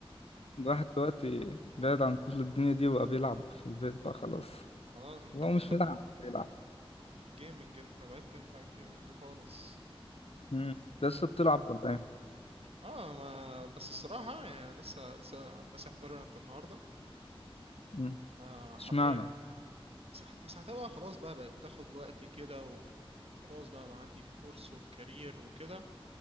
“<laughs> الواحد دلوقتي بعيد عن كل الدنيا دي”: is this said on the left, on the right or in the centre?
Left